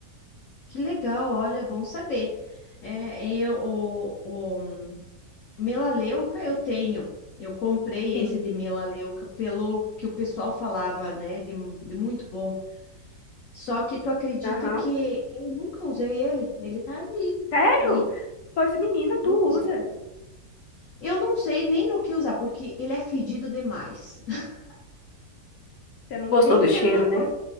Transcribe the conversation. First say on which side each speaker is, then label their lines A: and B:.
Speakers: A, on the left; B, on the left.
A: que legal, olha, é bom saber. É, eu, o, o hum, melaleuca eu tenho. Eu comprei
B: Sim.
A: esse de melaleuca pelo que o pessoal falava, né? De, de muito bom. Só que tu acredita
B: Aham.
A: que eu nunca usei ele? Ele tá ali,
B: Sério?
A: tá ali.
B: Pois menina, tu
A: Nunca usei.
B: usa.
A: Eu não sei nem no que usar, porque ele é fedido demais. <laughs>
B: Você não gostou
A: Pensa
B: do cheiro,
A: numa coisa.
B: né?